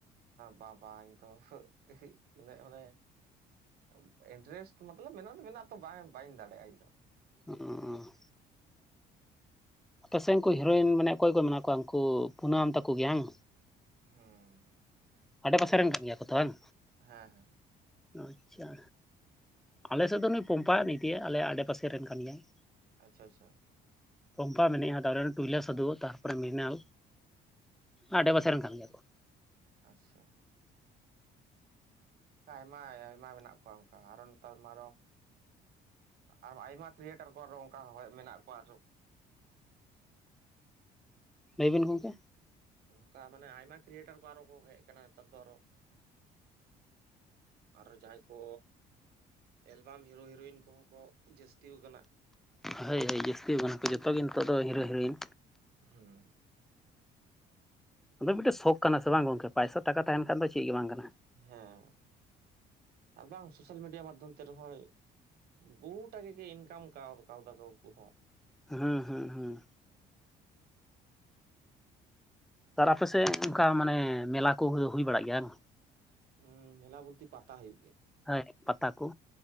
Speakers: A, on the right; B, in the centre.
A: ᱵᱟ ᱵᱟ ᱤᱧ ᱫᱚ ᱤᱱᱟᱹ ᱢᱟᱱᱮ <unintelligible> ᱤᱱᱴᱟᱨᱮᱥᱴ ᱢᱚᱛᱞᱚᱵ ᱢᱮᱱᱟᱜ ᱫᱚ ᱢᱮᱱᱟᱜᱛᱚ ᱵᱟᱝ ᱵᱟᱹᱧ ᱫᱟᱲᱮᱭᱟᱜᱼᱟ ᱤᱧ ᱫᱚ
B: ᱚ ᱯᱟᱥᱮᱡ ᱩᱱᱠᱩ ᱦᱤᱨᱳᱭᱤᱱ ᱢᱟᱱᱮ ᱚᱠᱚᱭ ᱠᱚ ᱢᱮᱱᱟᱜ ᱠᱚᱣᱟ ᱩᱱᱠᱩ ᱯᱩᱱᱟᱹᱢ ᱛᱟᱠᱚ ᱜᱮ ᱦᱟᱝ
A: ᱦᱮᱸ
B: ᱟᱰᱮ ᱯᱟᱥᱮ ᱨᱮᱱ ᱢᱮᱱᱟᱜ ᱜᱮᱭᱟ ᱠᱚ ᱛᱚ ᱵᱟᱝ
A: ᱦᱮᱸ ᱦᱮᱸ
B: ᱟᱪᱪᱷᱟ ᱟᱞᱮᱥᱮᱫ ᱫᱚ ᱱᱩᱭ ᱯᱚᱢᱯᱟ ᱱᱩᱭ ᱫᱤᱭᱮ ᱟᱞᱮ ᱟᱰᱮ ᱯᱟᱥᱮ ᱨᱮᱱ ᱠᱟᱱ ᱜᱮᱭᱟᱭ
A: ᱟᱪᱪᱷᱟ ᱟᱪᱪᱷᱟ
B: ᱯᱟᱢᱯᱟ ᱢᱮᱱᱟᱜᱼᱟᱼᱟ ᱛᱟᱨᱚᱨᱮ ᱴᱩᱭᱞᱞᱟ ᱥᱟᱹᱫᱩᱜ ᱛᱚᱨ ᱛᱟᱨᱯᱚᱨᱮ ᱢᱨᱤᱱᱟᱞ ᱟᱰᱮ ᱯᱟᱥᱮ
A: ᱦᱮᱸ
B: ᱨᱮᱱ ᱠᱟᱱ ᱜᱮᱭᱟ ᱠᱚ
A: ᱟᱪᱪᱷᱟ ᱟᱭᱢᱟ ᱟᱭᱢᱟ ᱢᱮᱱᱟᱜ ᱠᱚᱣᱟ ᱚᱱᱠᱟ ᱟᱨᱚ ᱱᱮᱛᱟᱨ ᱢᱟ ᱟᱨᱚ ᱟᱨ ᱟᱭᱢᱟ ᱠᱨᱤᱭᱮᱴᱟᱨ ᱠᱚ ᱟᱨᱚ ᱚᱱᱠᱟ ᱦᱚᱭ ᱢᱮᱱᱟᱜ ᱠᱚᱣᱟ ᱟᱨ
B: ᱞᱟᱹᱭ ᱵᱤᱱ ᱜᱚᱢᱠᱮ
A: ᱚᱱᱠᱟ ᱢᱟᱱᱮ ᱟᱭᱢᱟ ᱠᱮᱨᱤᱭᱮᱴᱟᱨ ᱠᱚ ᱟᱨᱚ ᱠᱚ ᱦᱮᱡ ᱟᱠᱟᱱᱟ ᱱᱮᱛᱟᱨ ᱫᱚ ᱟᱨᱚ ᱟᱨᱚ ᱡᱟᱦᱟᱸᱭ ᱠᱚ ᱮᱞᱵᱟᱢ ᱦᱤᱨᱳ ᱦᱤᱨᱳᱭᱤᱱ ᱠᱚᱦᱚᱸ ᱠᱚ ᱡᱟᱹᱥᱛᱤ ᱟᱠᱟᱱᱟ
B: ᱦᱳᱭ ᱦᱳᱭ ᱡᱟᱹᱥᱛᱤ ᱟᱠᱟᱱᱟᱠᱚ ᱡᱚᱛᱚᱜ ᱜᱮ ᱱᱤᱛᱚᱜ ᱫᱚ ᱦᱤᱨᱳ ᱦᱤᱨᱳᱭᱤᱱ
A: ᱦᱮᱸ
B: ᱟᱫᱚ ᱢᱤᱫᱴᱮᱡ ᱥᱚᱠᱷ ᱠᱟᱱᱟ ᱥᱮ ᱵᱟᱝ ᱜᱚᱝᱠᱮ ᱯᱚᱭᱥᱟ ᱴᱟᱠᱟ ᱛᱟᱦᱮᱱ ᱠᱷᱟᱱ ᱫᱚ ᱪᱮᱫ ᱜᱮ ᱵᱟᱝ ᱠᱟᱱᱟ
A: ᱦᱮᱸ ᱟᱨ ᱵᱟᱝ ᱥᱳᱥᱟᱞ ᱢᱤᱰᱤᱭᱟ ᱢᱟᱫᱽᱫᱷᱚᱢ ᱛᱮ ᱨᱮᱦᱚᱸ ᱵᱚᱦᱩᱴᱟᱠᱟ ᱜᱮ ᱤᱱᱠᱟᱢ ᱠᱟᱣ ᱠᱟᱣᱫᱟ ᱠᱚ ᱩᱱᱠᱩ ᱦᱚᱸ
B: ᱦᱮᱸ ᱦᱮᱸ ᱦᱮᱸ ᱟᱨ ᱟᱯᱮᱥᱮᱫ ᱚᱱᱠᱟ ᱢᱟᱱᱮ ᱢᱮᱞᱟ ᱠᱚ ᱦᱩᱭ ᱵᱟᱲᱟᱜ ᱜᱮᱭᱟ ᱦᱟᱸᱜ
A: ᱦᱮᱸ ᱢᱮᱞᱟ ᱵᱚᱞᱛᱮ ᱯᱟᱛᱟ ᱦᱩᱭᱩᱜ ᱜᱮᱭᱟ
B: ᱦᱳᱭ ᱯᱟᱛᱟ ᱠᱚ